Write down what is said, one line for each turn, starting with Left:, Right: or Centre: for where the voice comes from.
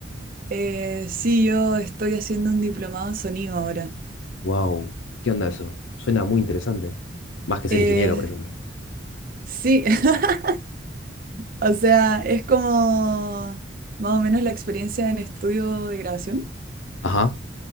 Right: Eh, sí, yo estoy haciendo un diplomado en sonido ahora.
Left: Wow, ¿qué onda eso? Suena muy interesante. Más que ser
Right: Eh,
Left: ingeniero, por ejemplo.
Right: sí, <laughs> o sea, es como más o menos la experiencia en estudio de grabación.
Left: Ajá.